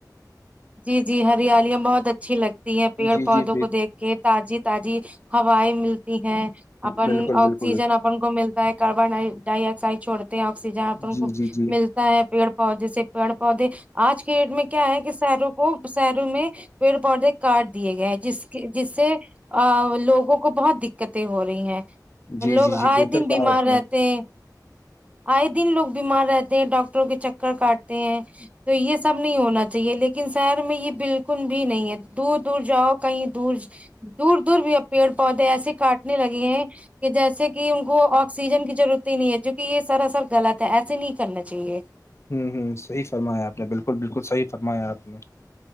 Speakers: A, on the right; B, on the left.
A: جی جی ہریالیاں بہت اچھی لگتی ہیں پیڑ
B: جی
A: پودوں
B: جی
A: کو دیکھ کہ تازی تازی ہویں ملتی ہیں اپن
B: بالکل
A: آکسیجن
B: بالکل
A: اپن کو ملتا ہے کاربن ڈائی آکسائڈ چھڑتے ہیں آکسیجن آ
B: جی
A: کو
B: جی جی
A: ملتا ہے پیڑ پودے سے پیڑ پودے آج کی ڈیٹ میں کیا ہے شہروں کو شہروں میں پیڑ پودے کاٹ دیے گئے ہیں جس کے جس سے ا لوگوں کو بہت دقتیں ہو رہی ہیں
B: جی
A: لوگ
B: جی جی
A: آئے
B: بہتر
A: دن
B: کہا
A: بیمار
B: آپ
A: رہتے
B: نے
A: ہیں آئے دن لوگ بیمار رہتے ہیں ڈاکٹروں کے چکر کاٹتے ہیں تو یہ سب نہیں ہونا تھا چاہیے لیکن شہر میں یہ بالکل بھی نہیں ہے دور دور جاؤ کہیں دور دور دور بھی اب پیڑ پودے ایسے کاٹنے لگے ہیں کہ جیسے کہ ان کو آکسیجن کی ضرورت ہی نہیں ہے چونکہ یہ سراصر غلط ہے ایسے نہیں کرنا چاہیے
B: ہوں ہوں صحی فرمایا آپ نے بالکل بالکل صحیح فرمایا آپ نے